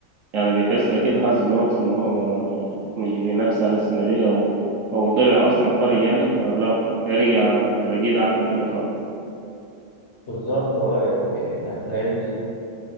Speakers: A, on the right; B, on the left.
A: يعني بيحس اكيد حاسس بنقص ان هو ما مش بينافس على السنه دي او او طلع اصلا خرج يعني فلا هيرجع تلاقيه دعك الدنيا خالص
B: بالظبط أه يعني هتلاقي